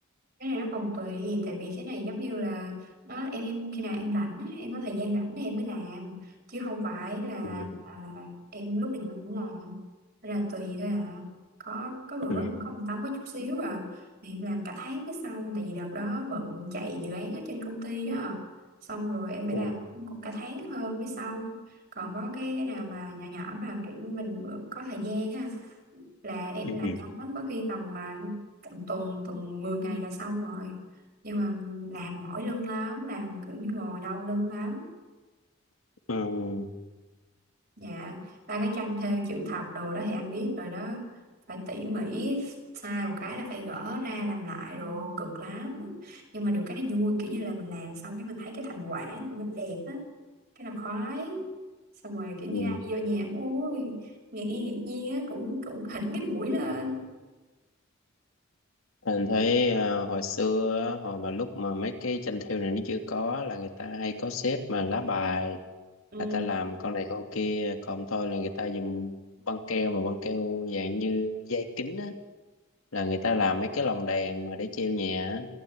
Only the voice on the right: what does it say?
cái này nó còn tùy tại vì cái này giống như là nó em em khi nào em rảnh á, em có thời gian rảnh thì em mới làm chứ không phải là,
là, là em lúc nào em cũng làm Nên là tùy thôi à có có bữa
có một tấm có chút xíu à thì em làm cả tháng mới xong tại vì đợt đó bận chạy dự án ở trên công ty đó xong rồi em phải
làm cũng cũng cả tháng hơn mới xong còn có cái cái nào mà nhỏ nhỏ mà kiểu như mình bữa có thời gian á là em
làm nhanh lắm có khi tầm mà tầm tuần tuần 10 ngày là xong rồi nhưng mà làm mỏi lưng lắm làm kiểu như ngồi đau lưng lắm
dạ ba cái tranh thêu chữ thập đồ đó thì anh biết rồi đó phải tỉ mỉ sai một cái là phải gỡ ra làm lại đồ cực lắm nhưng mà được cái nó vui kiểu như là mình làm xong cái mình thấy cái thành quả của mình đẹp á cái là khoái xong rồi kiểu như
ai đi vô nhà cũng uống ngạc nhiên ngạc nhiên á cũng cũng hỉnh cái mũi lên
Ừ,